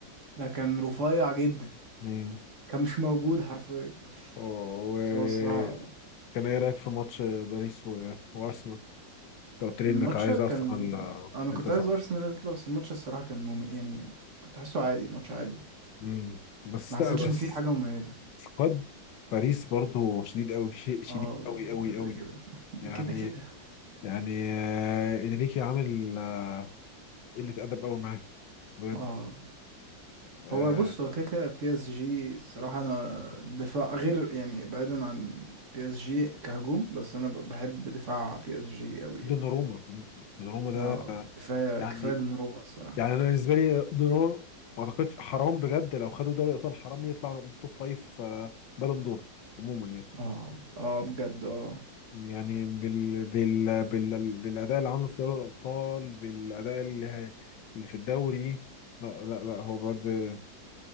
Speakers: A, on the right; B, on the left.
A: ده كان رفيع جدا
B: مم.
A: كان مش موجود حرفيا
B: اه وكان
A: بس هو الصراحة
B: ايه رأيك في ماتش باريس و- وارسنال؟ انت قلت لي
A: الماتش
B: انك عايز
A: كان
B: ارسنال آه،
A: انا
B: للتصعد
A: كنت عايز ارسنال اللي تطلع بس الماتش الصراحة كان مم... يعني كنت حاسه عادي ماتش عادي
B: مم. بس
A: ما حسيتش
B: لا بس
A: ان في حاجة مميزة
B: سكواد باريس برضو شديد قوي شيء شديد
A: اه
B: قوي قوي
A: ده كده
B: قوي
A: كده <laughs> ده
B: يعني
A: كده كده
B: يعني آه، انريكي عامل آه، قله ادب قوي معاه بجد
A: اه
B: آه،
A: هو بص هو كده كده بي اس جي الصراحة انا دفاع غير يعني بعيدا عن بي اس جي كهجوم بس انا ب- بحب دفاع بي اس جي قوي
B: دوناروما
A: يعني
B: دوناروما ده
A: اه
B: آه،
A: كفاية
B: يعني
A: كفاية دوناروما الصراحة
B: يعني انا بالنسبه لي دوناروما ما اعتقدش حرام بجد لو خدوا دوري الابطال حرام يطلع من التوب فايف آه، بالون دور عموما يعني
A: اه اه بجد اه
B: يعني بال بال بال بالاداء اللي عامله في دوري الابطال بالاداء اللي هي- اللي في الدوري لا لا لا هو بجد